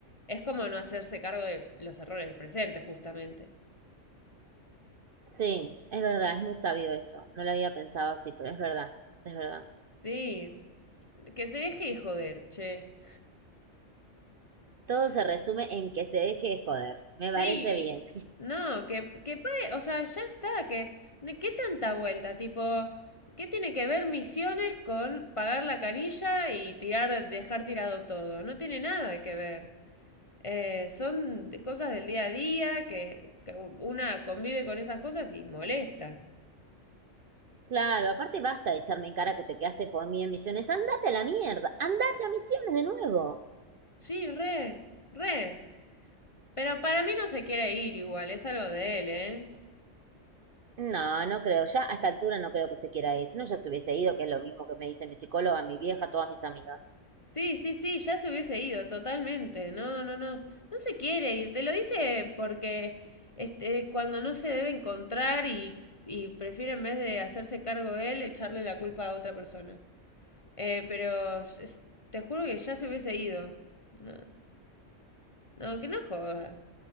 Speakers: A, on the left; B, on the right.
A: es como no hacerse cargo de los errores del presente, justamente.
B: Sí, es verdad, es muy sabio eso. No lo había pensado así, pero es verdad, es verdad.
A: Sí. Que se deje de joder, che.
B: Todo se resume en que se deje de joder. Me
A: Sí,
B: parece bien.
A: No, que, que pague, o sea, ya está, que, ¿de qué tanta vuelta? Tipo, ¿qué tiene que ver misiones con pagar la canilla y tirar, dejar tirado todo? No tiene nada que ver. Eh, son de- cosas del día a día que, que una convive con esas cosas y molestan.
B: Claro, aparte basta de echarme en cara que te quedaste por mí en misiones. Andate a la mierda, andate a misiones de nuevo.
A: Sí, re, re. Pero para mí no se quiere ir igual, es algo de él, ¿eh?
B: No, no creo, ya a esta altura no creo que se quiera ir. Si no, ya se hubiese ido, que es lo mismo que me dice mi psicóloga, mi vieja, todas mis amigas.
A: Sí, sí, sí, ya se hubiese ido, totalmente. No, no, no. No se quiere ir, te lo dice porque este, cuando no se debe encontrar y, y prefiere en vez de hacerse cargo él, echarle la culpa a otra persona. Eh, pero es- te juro que ya se hubiese ido. No, no, no, que no joda.